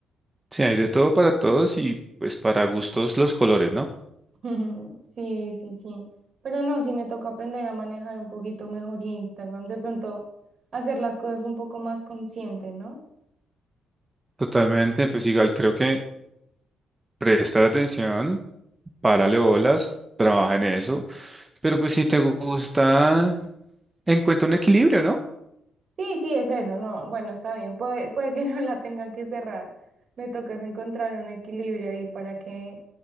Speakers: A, on the right; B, on the right.
A: sí, hay de todo para todos y pues para gustos los colores, ¿no?
B: <laughs> Sí, sí, sí. Pero no, sí me toca aprender a manejar un poquito mejor Instagram, de pronto hacer las cosas un poco más consciente, ¿no?
A: Totalmente, pues igual creo que prestar atención. párale bolas, trabaja en eso. Pero pues si te gusta, encuentra un equilibrio, ¿no?
B: Sí, sí, es eso, no, bueno, está bien, puede, puede que <laughs> no la tenga que cerrar, me toca es encontrar un equilibrio ahí para que